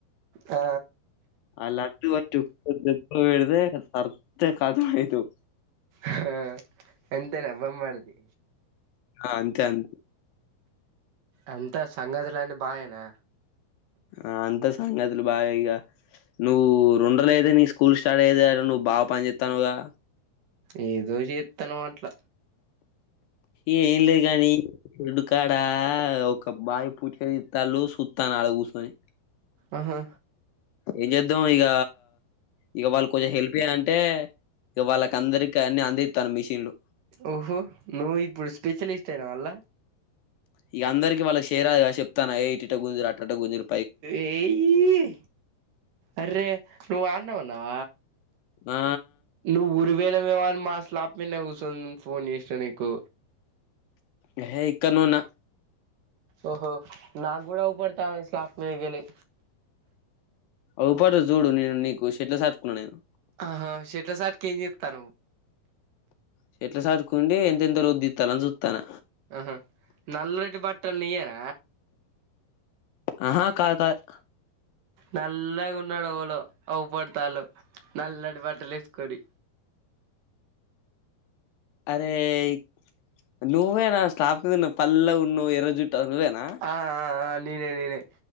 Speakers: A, on the right (about 65°); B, on the left (about 75°).
A: ఆ
B: ఆ లడ్దు వట్టి ఒక్క దెబ్బ విడద సర్ద కతమయితవ్
A: ఆ ఎంతేనా బామ్మార్ది
B: ఆ అంతే అంత
A: అంతా సంగతులన్నీ బాగెనా
B: ఆ అంతా సంగతులు బాగె ఇగా నువ్వు రెండోలు అయితే తీస్ స్కూల్ స్టార్ట్ అయింది గా నువ్వు బాగా పని చేతన్నావ్ గా
A: ఏదో చేతన్న అట్ల
B: ఏ ఏం లేదు గాని ఉడుకాడ ఒక బావి పుట్క తిత్తళు చుత్తన్న అడ కూర్చొని
A: ఆహా
B: ఏం చేద్దాం ఇగ ఇగ వాళ్ళు కొంచెం హెల్ప్ చేయ అంటే ఇక వాళ్ళ అందరికి అన్ని అందిత్తన్న మిషన్లు
A: ఓహో నువ్వు ఇప్పుడు స్పెషలిస్ట్ అయినవ ఆళ్ళ
B: ఇక అందరికి వాళ్ళకి చెరాదు గద చెప్తన్న ఏ ఇటట గుంజరు అట్టట గుంజరు
A: ఏయ్ అరే నువ్వు అన్నే ఉన్నవ
B: ఆ
A: నువ్వు ఊరి పోయినవేమో అని మా స్లాప్మేధనె కుసుని ఫోన్ చేసినా నీకు
B: ఎహె ఇక్కన్నే ఉన్న
A: ఓహో నా గుడా అగుపడుతంది స్లాప్ మీదికెళి
B: అగుపడుత చూడు నేను నీకు చెట్ల చటుకున్నా నేను
A: ఆహా చెట్ల సటుకు ఏం చెత్తన్నావ్
B: చెట్ల సాటుకు ఉండి ఎంతెంత లోతు తిత్తర్రు అని సుత్తన్న
A: ఆహా నల్లటి బట్టలు నియ్యేన
B: ఆహా కాద్ కాద్
A: నల్లగా ఉన్నాడు ఎవలో అగుపడతాళ నల్లటి బట్టలు వేసుకొని
B: అరేయ్ నువ్వేనా స్లాప్ పల్ ఉన్ను ఎర్ర జుట్ నువ్వేనా
A: ఆ ఆ ఆ నేనే నేనే